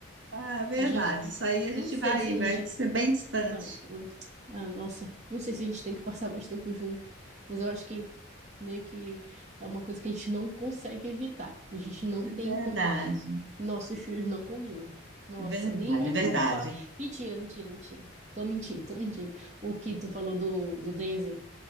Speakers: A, on the right (about 65°); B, on the right (about 35°).
A: Ah, é verdade.
B: A gente,
A: Isso aí a
B: não
A: gente
B: sei
A: vai,
B: se a gente,
A: vai ser bem distante.
B: não, hum, ah, nossa, não sei se a gente tem que passar mais tempo junto, mas eu acho que meio que é uma coisa que a gente não consegue evitar. A gente não tem
A: Verdade.
B: combi... Nossos filmes não combinam. Nossa,
A: Verdade,
B: nenhum
A: verdade.
B: que tu fala. Mentira, mentira, mentira. Tô mentindo, tô mentindo. O que tu falou do, do Denzel